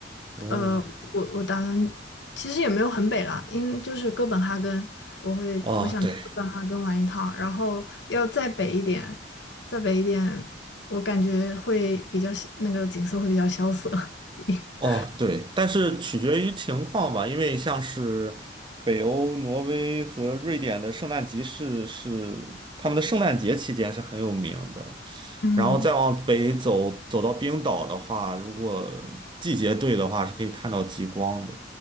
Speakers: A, on the right; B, on the left.
A: 哦，
B: 呃，我我打算其实也没有很北啦，因就是哥本哈根，我会我想去哥本哈根玩一趟，
A: 哦，对，
B: 然后要再北一点，再北一点，我感觉会比较那个景色会比较萧瑟。<laughs>
A: 哦，对，但是取决于情况吧，因为像是北欧、挪威和瑞典的圣诞集市是他们的圣诞节期间是很有名的，
B: 嗯
A: 然后再往北走，走到冰岛的话，如果季节对的话，是可以看到极光的。